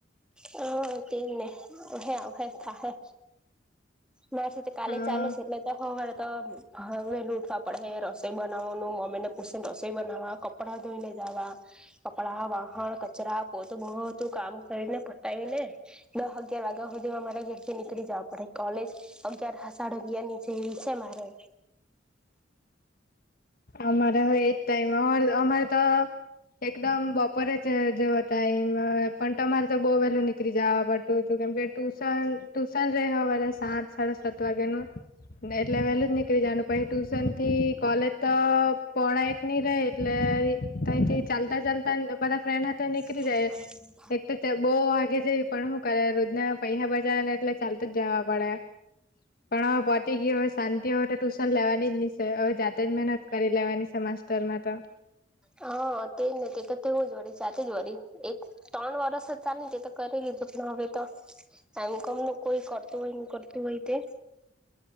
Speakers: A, in the centre; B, on the left.
A: હ તેને હે હ થા હે નાસી તો કાલે
B: હા
A: ચાલુ છે એટલે તો હવાર તો હવેલું ઉઠવા પડે રસોઈ બનાવવાનું મમ્મી ને પૂછ રસોઈ બનાવા કપડાં ધોઈ લ વા કપડા વાહણ કચરા પોત બહુું કામ કરીને આવી ને દસ અગિયાર વાગ્યા સુધી અમારા ઘર થી નીકળી જવા પડે કોલેજ અગિયાર હસાળ ગયા નીચે છે મારે
B: અમારે હ એજ ટાઈમ અ અમારે તો એકદમ બપોરે જ જે હતા એમ પણ તમારે તો બહુ વહેલું નીકળી જવા પું કેમકે ટુશન ટુશન રવાવા સાત સાડા સાત વાગે નું એટલે વહેલું જ નીકળી જનું પછ ટ્યુશન થી કોલેજ તો પોણા એક નહ રે એટલે કથી ચાલતા ચાલતા બધા ફ્રેન્ડ હાથે નીકળી
A: <unintelligible>
B: જાય એક તો બહુ વાગે જઈ પણ શું કરે રોજના પૈસા બજાવ ને એટલે ચાલતું જ જવા પડે પણ પતી ગય હોય શાંતિ હોય તો ટ્યુશન લેવાની જ નિય જા જ મહેનત કરી લેવાની સમાસ્ટરમાં તો
A: હા તેજ તે તો તેવું જ વળી જાતે જ વળી એક ત્રણ વરસ જ ચાલે ને તે તો કરેલી જ હવે તો એમ કમ ન કોઈ કરતું હોય ન કરતું હોય તે